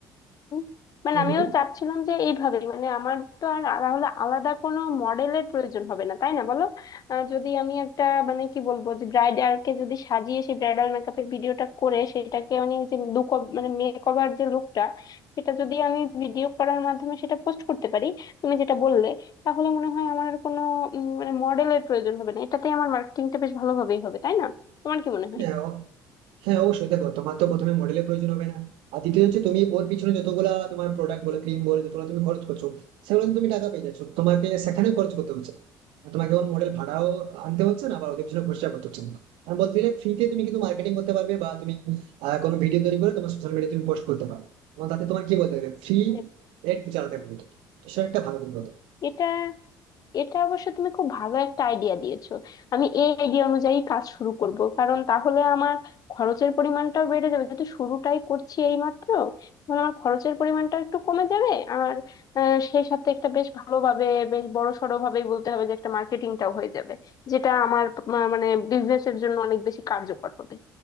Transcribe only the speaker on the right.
হ্যাঁ
বলুন
হ্যাঁ, হ্যাঁ অবশ্যই দেখো তোমার তো প্রথমে মডেলের প্রয়োজন হবে না আর দ্বিতীয় হচ্ছে তুমি ওর পিছনে যতগুলা তোমার প্রোডাক্ট বলো ক্রিম বলো যতগুলো তুমি খরচ করছো সেগুলো কিন্তু তুমি টাকা পেয়ে যাচ্ছ তোমাকে সেখানে খরচ করতে হচ্ছে না। আর তোমাকে ওর মডেল ভাড়াও আনতে হচ্ছে না বা ওদের পিছনে খরচা করতে হচ্ছে না আর বলতে গেলে ফ্রিতে তুমি কিন্তু মার্কেটিং করতে পারবে বা তুমি আহ, কোনো ভিডিও তৈরি করে তোমার সোশ্যাল মিডিয়া তুমি পোস্ট করতে পারো এবং তাতে তোমার কি বলতে গেলে ফ্রি
এড চালাতে পারবে তুমি। তো সেটা একটা ভালো দিক বলতে পারো।